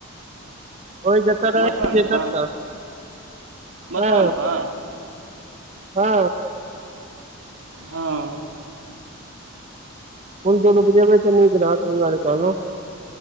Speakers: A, on the right; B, on the right.
A: ओहि जतऽ रहै
B: बथान
A: छै
B: पर
A: ततऽ
B: बथान
A: हँ
B: पर
A: हँ
B: हँ
A: फूल तूल उपजेबय त नीक रहत तय दुआरे कहलहूँ